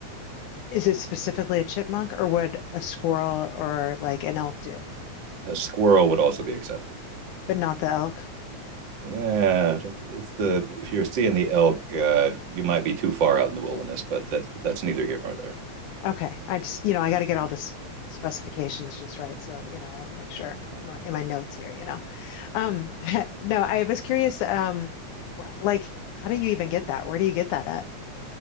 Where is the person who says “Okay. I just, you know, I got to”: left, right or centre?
Left